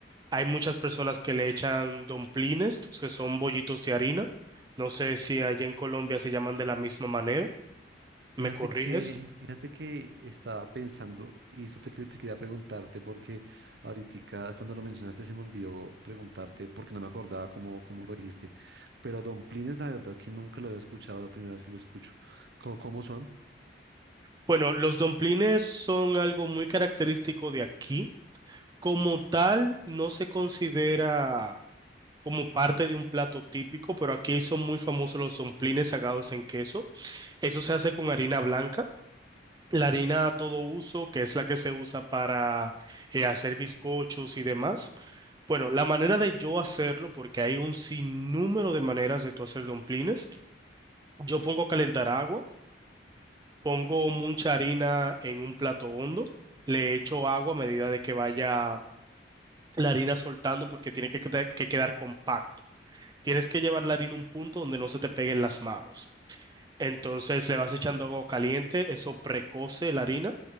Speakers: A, on the right; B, on the right.
A: Hay muchas personas que le echan domplines, que son bollitos de harina. No sé si allá en Colombia se llaman de la misma manera.
B: Fíjate
A: ¿Me corriges?
B: que, fíjate que estaba pensando, y eso te, que- te quería preguntarte, porque ahorita cuando lo mencionaste se me olvidó preguntarte, porque no me acordaba cómo, cómo lo dijiste. Pero Don Plines, la verdad que nunca lo había escuchado, la primera vez que lo escucho. ¿Cómo, cómo son?
A: Bueno, los domplines son algo muy característico de aquí. Como tal, no se considera como parte de un plato típico, pero aquí son muy famosos los domplines sagados en queso. Eso se hace con harina blanca. La harina a todo uso, que es la que se usa para eh, hacer bizcochos y demás. Bueno, la manera de yo hacerlo, porque hay un sinnúmero de maneras de tú hacer domplines, yo pongo a calentar agua. Pongo mucha harina en un plato hondo, le echo agua a medida de que vaya la harina soltando porque tiene que, queda- que quedar compacto. Tienes que llevar la harina a un punto donde no se te peguen las manos. Entonces le vas echando agua caliente, eso precoce la harina.